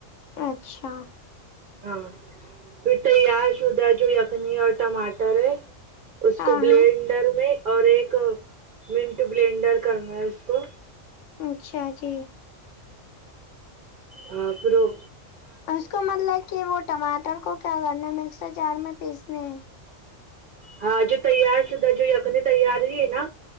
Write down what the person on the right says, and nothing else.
ہاں پھر تیار شدہ جو یخنی اور ٹماٹر ہے اس
کو بلینڈر
میں اور ایک منٹ بلینڈر کرنا ہے اس کو
ہاں پھر وه
ہاں جو تیار شدہ جو یخنے تیار ہی ہے نا